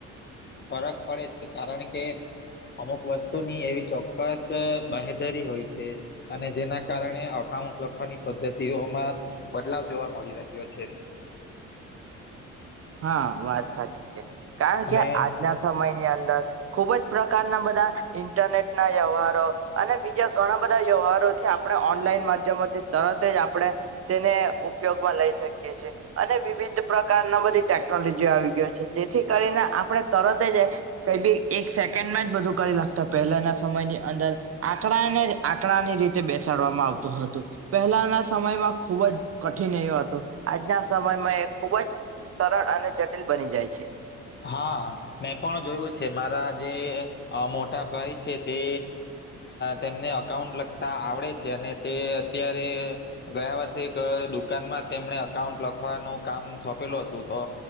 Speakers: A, on the left (about 35°); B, on the right (about 50°).
A: ફરક પડે છે કારણ કે અમુક વસ્તુની એવી ચોક્કસ બાહેધરી હોય છે અને જેના કારણે અકાઉન્ટ લખવાની પદ્ધતિઓમાં બદલાવ જોવા મળી રહ્યો છે
B: હા વાત સાચી છે કારણ
A: અને
B: કે આજના સમયની અંદર ખુબ જ પ્રકારના બધા ઇન્ટરનેટ ના વ્યવહારો અને બીજા ઘણા બધા વ્યવહારોથી આપણે ઓનલાઈન માધ્યમોથી તરત જ આપણે તેને ઉપયોગમાં લઈ શકીય છીએ અને વિવિધ પ્રકારના બધી ટેકનોલોજી આવી ગયો છે જેથી કરીને આપણે તરત જ કઈ બી એક સેકન્ડના જ બધું કરી લાગતા પહેલાના સમયની અંદર આંકડાને આંકડાની રીતે બેસાડવામાં આવતું હતું પહેલાના સમયમાં ખૂબ જ કઠિન એ હતો આજના સમયમાં એ ખૂબ જ સરળ અને જટિલ બની જાય છે.
A: હા મેં પણ જોયું છે મારા જે મોટા ભાઈ છે તે તેમને અકાઉન્ટ લખતા આવડે છે અને તે અત્યારે ગયા વર્ષે એક દુકાનમાં તેમને અકાઉન્ટ લખવાનું કામ સોંપેલું હતું તો